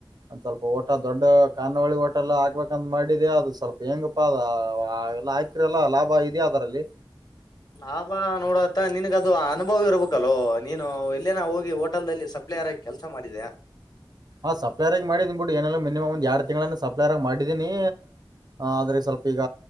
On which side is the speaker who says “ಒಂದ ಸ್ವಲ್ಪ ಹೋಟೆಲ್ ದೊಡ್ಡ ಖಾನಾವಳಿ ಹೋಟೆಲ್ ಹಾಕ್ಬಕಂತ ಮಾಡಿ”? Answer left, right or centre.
Right